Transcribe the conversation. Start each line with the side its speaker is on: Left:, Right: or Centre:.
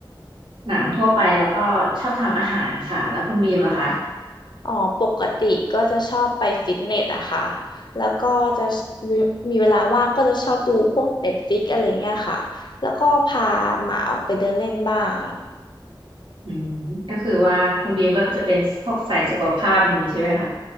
Right: หนังทั่วไปแล้วก็ชอบทำอาหารค่ะแล้วคุณบีมล่ะคะ
Left: อ๋อปกติก็จะชอบไปฟิตเนสอะค่ะแล้วก็จะมีเวลาว่างก็จะชอบดูพวกเน็ตฟ i ิกอะไรเงี้ยค่ะแล้วก็พาหมาออกไปเดินเล่นบ้าง
Right: อืมก็คือว่าคุณบีมก็จะเป็นพวกสายสุขภาพอย่างนี้ใช่ไหมคะ